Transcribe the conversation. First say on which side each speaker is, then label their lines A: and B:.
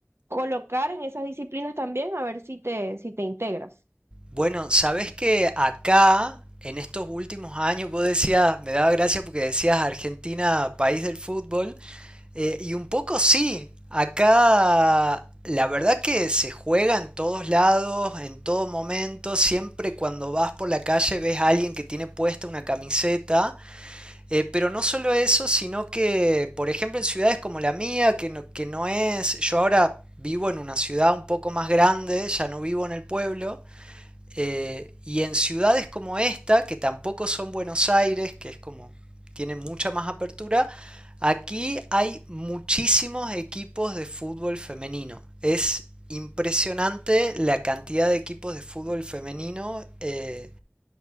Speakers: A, on the right (about 60°); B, on the right (about 20°).
A: colocar en esas disciplinas también a ver si te, si te integras.
B: Bueno, sabes que acá, en estos últimos años, vos decías, me daba gracia porque decías Argentina, país del fútbol, eh, y un poco sí, acá la verdad que se juega en todos lados, en todo momento, siempre cuando vas por la calle ves a alguien que tiene puesta una camiseta, eh, pero no solo eso, sino que, por ejemplo, en ciudades como la mía, que no, que no es, yo ahora vivo en una ciudad un poco más grande, ya no vivo en el pueblo, eh, y en ciudades como esta, que tampoco son Buenos Aires, que es como tiene mucha más apertura, aquí hay muchísimos equipos de fútbol femenino. Es impresionante la cantidad de equipos de fútbol femenino eh,